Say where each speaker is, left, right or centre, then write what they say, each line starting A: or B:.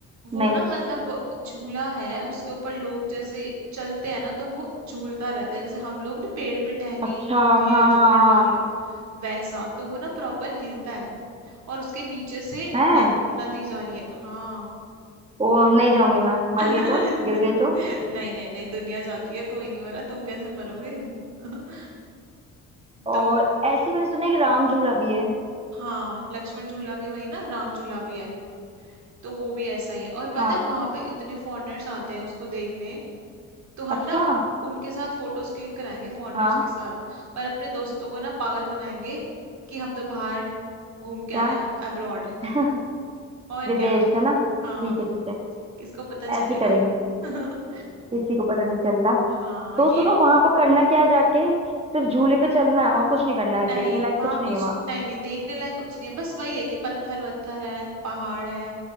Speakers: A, on the right (about 65°); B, on the right (about 20°).
A: वो
B: नहीं
A: ना मतलब झूला है उसके ऊपर लोग जैसे चलते हैं ना तो वो झूलता रहता है जैसे हम लोग ना पेड़ पे टहनी
B: अच्छा
A: होती है
B: हाँ
A: झूला
B: हाँ
A: डाल वैसा तो वो ना प्रॉपर हिलता है और उसके नीचे से
B: हाँ
A: न,
B: है
A: नदी जा रही है हाँ
B: ओ नहीं जाऊंगी मैं मर
A: <laughs> नहीं
B: गई तो गिर गई तो
A: नहीं नहीं दुनिया जाती है कोई नहीं मरा तुम कैसे मरोगे <laughs>
B: और
A: तो
B: ऐसी मैंने सुना है कि राम झूला भी है
A: हाँ लक्ष्मण झूला के वही ना राम झूला भी है तो वो भी ऐसा ही है और पता
B: हाँ
A: है वहां पे इतने फॉरेनर्स आते हैं उसको देखने तो हम
B: अच्छा
A: ना उनके साथ फोटोज क्लिक कराएंगे फॉरेनर्स
B: हाँ
A: के साथ और अपने दोस्तों को ना पागल बनाएंगे कि हम तो बाहर घूम के
B: क्या
A: आए हैं अब्रॉड
B: <laughs>
A: और
B: विदेश
A: क्या
B: है ना
A: हाँ
B: ठीक है ठीक है
A: किसको पता चलेगा
B: ऐसे ही करेंगे
A: <laughs>
B: किसी को पता नहीं चल रहा
A: हाँ
B: तो
A: ये
B: सुनो वहां पर करना क्या है जाके सिर्फ झूले पे चलना है और कुछ नहीं करना है
A: नहीं
B: देखने लायक
A: वहां
B: कुछ
A: कुछ
B: नहीं है वहाँ
A: नहीं नहीं देखने लायक कुछ नहीं है बस वही है कि पत्थर वत्थर है पहाड़ है